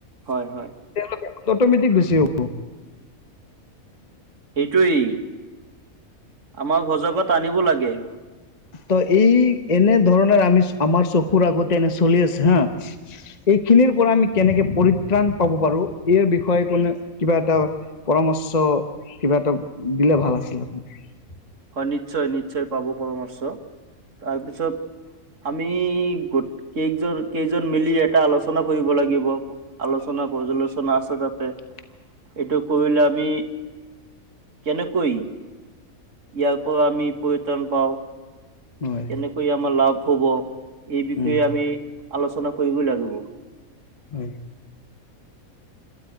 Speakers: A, on the right; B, on the left.
A: হয় হয়।
B: তেওঁলোকে অটমেটিক বেছি হ'ব।
A: সেই আমাৰ সজগত আনিব লাগে।
B: ত এই এনে ধৰণৰ আমি আমাৰ চকুৰ আগতে এনে চলি আছে হা। এইখিনিৰ পৰা আমি কেনেকে পৰিত্ৰাণ পাব পাৰো ইাৰ বিষয়ে কোনো কিবা এটা পৰামৰ্শ কিবা এটা দিলে ভাল আছিল আপোনাৰ।
A: হয় নিশ্চয় নিশ্চয় পাব পৰামৰ্শ তাৰপিছত আমি গ কেইজন কেইজন মিলি এটা আলোচনা কৰিব লাগিব আলোচনা। পৰ্যালোচনা আছে তাতে।
B: <unintelligible>
A: এইটো কৰিলে আমি কেনেকৈ ইয়াৰ পৰা আমি পৰিত্ৰাণ পাওঁ।
B: হয়
A: কেনেকৈ আমাৰ লাভ হ'ব এই বিষয়ে
B: উম
A: আমি আলোচনা কৰিবই লাগিব।
B: হয়।